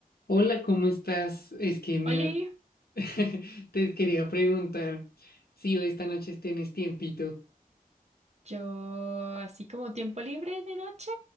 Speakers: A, on the left; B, on the right.
A: Hola, ¿cómo estás? Es que mira,
B: Oli,
A: <laughs> te quería preguntar si hoy esta noche tienes tiempito.
B: yo así como tiempo libre de noche.